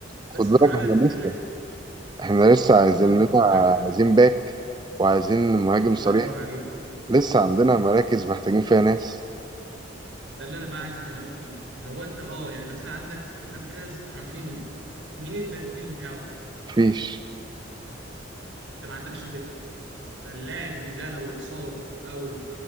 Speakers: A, on the right; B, on the right.
A: خد
B: بس
A: بالك
B: تعالى
A: احنا
B: نتكلم
A: لسه احنا لسه عايزين
B: فاهمك
A: لنا
B: يعني
A: عايزين باك وعايزين مهاجم
B: الله
A: صريح
B: ينور عليك
A: لسه عندنا مراكز محتاجين فيها ناس
B: ده اللي انا بقى عايز اكلمك فيه ان هو انت اه يعني مثلا عندك مركز رافينيا مين البديل بتاعه
A: مفيش
B: انت ما عندكش دكه فاللاعب من ده لو اتصاب او